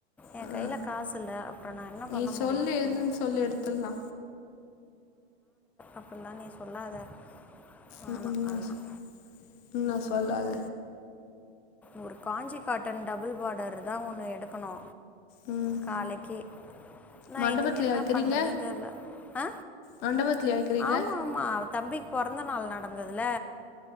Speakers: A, in the centre; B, on the left.
A: ஏ
B: ஆ
A: கையில காசு இல்ல அப்றோ நா என்ன பண்ண
B: நீ
A: முடியு சொல்லு
B: எதுன்னு சொல்லி எடுத்தறலா
A: அப்பில்லா நீ சொல்லாத வேணாம்
B: ம் ம்
A: அதெல்லாம்
B: ம் என்ன சொல்லாத
A: ஒரு காஞ்சி காட்டன் டபுள் பார்டர் தா ஒண்ணு எடுக்கணு
B: ம்
A: காலிக்கி நைட்டுக்கு
B: மண்டபத்துலயா
A: என்ன
B: வைக்கிறீங்க
A: பண்றதுன்னு தெர்ல அ
B: மண்டபத்துலயா வைக்கிறீங்க
A: ஆமா ஆமா அவ தம்பிக்கு பொறந்த நாள் நடந்ததுல